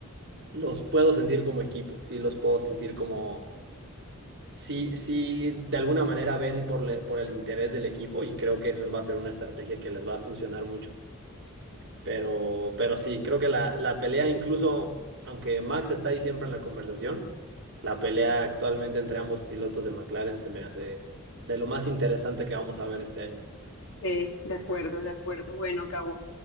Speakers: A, on the right; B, on the left.
A: los puedo sentir como equipo, sí, los puedo sentir como... Sí, sí, de alguna manera ven por, le- por el interés del equipo y creo que eso va a ser una estrategia que les va a funcionar mucho. Pero, pero sí, creo que la, la pelea, incluso aunque Max está ahí siempre en la conversación, la pelea actualmente entre ambos pilotos de McLaren se me hace de lo más interesante que vamos a ver este año.
B: Eh, de acuerdo, de acuerdo. Bueno, Gabo,